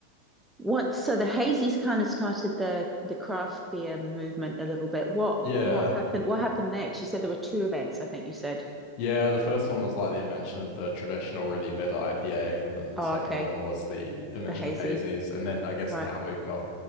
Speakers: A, in the centre; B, on the left (about 40°).
A: Once, so the hazies kind of started the the craft beer movement a little bit. What
B: Yeah.
A: what happened? What happened next? You said there were two events, I think you said.
B: Yeah, the first one was like the invention of the traditional really bitter IPA, and then the
A: Oh,
B: second
A: okay.
B: one was the invention
A: The hazy.
B: of hazies. And then I guess
A: Right.
B: now we've got